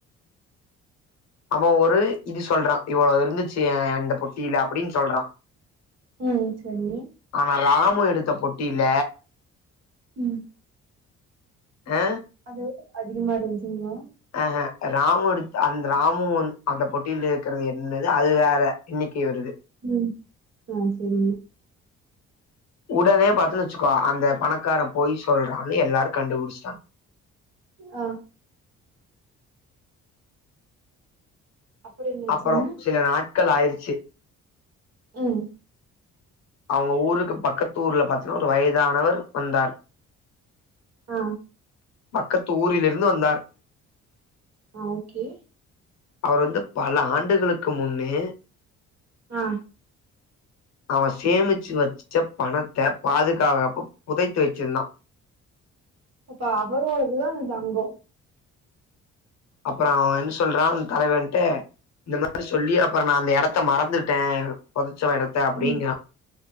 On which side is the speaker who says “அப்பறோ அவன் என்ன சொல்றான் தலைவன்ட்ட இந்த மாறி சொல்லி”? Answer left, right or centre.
Left